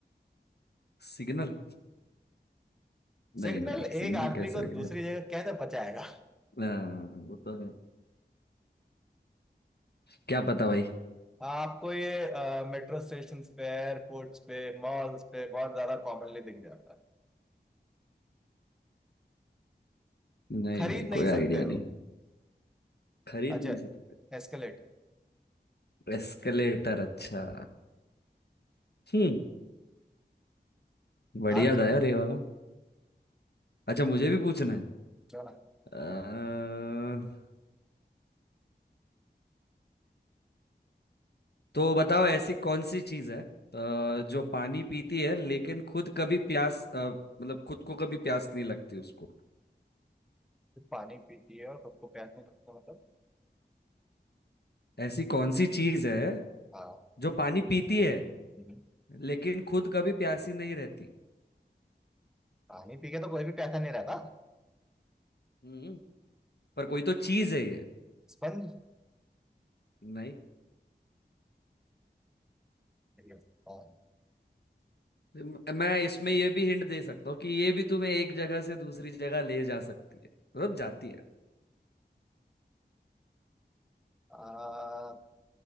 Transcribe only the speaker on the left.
सिग्नल नहीं
भाई सिग्नल
कैसे
है
हाँ, वो तो है क्या पता भाई
नहीं
नहीं
कोई आइडिया
नहीं खरीद
नहीं सकते
एस्केलेटर अच्छा हम्म बढ़िया
था
यार ये वाला अच्छा मुझे भी पूछना है
अ, तो बताओ ऐसी कौन सी चीज है अ, जो पानी पीती है लेकिन खुद कभी प्यास अ, मतलब खुद को कभी प्यास नहीं लगती उसको
ऐसी कौन सी चीज है
जो पानी पीती है
लेकिन खुद कभी प्यासी नहीं रहती
हम्म पर कोई तो चीज है ये
नहीं
म- मैं इसमें ये भी हिंट दे सकता हूँ कि ये भी तुम्हें एक जगह से दूसरी जगह ले जा सकती है मतलब जाती है